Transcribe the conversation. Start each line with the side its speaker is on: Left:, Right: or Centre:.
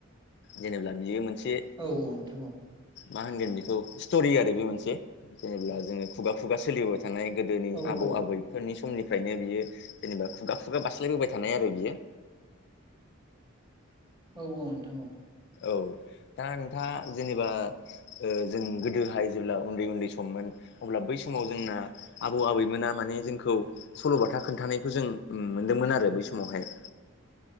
Left: जेनेब्ला बियो मोनसे
Right: औ औ नोंथां औ
Left: मा होनगोन बेखौ स्ट'रि आरो बे मोनसे जेनेब्ला जोङो खुगा खुगा सोलिबोबाय थायो थानाय गोदोनि
Right: औ
Left: आबौ
Right: औ
Left: आबैफोरनि समनि फ्रायनो बियो जेनेबा खुगा खुगा बास्लायबोबाय थानाय आरो बियो
Right: औ औ नोंथां औ
Left: औ दा नोंथाङा जेनेबा जों गोदोहाय जेब्ला उन्दै उन्दै सममोन अब्ला बै समाव जोंना आबौ आबैमोना माने जोंखौ सल'बाथा खोनथानायखौ जों मोनदोंमोन आरो बै समावहाय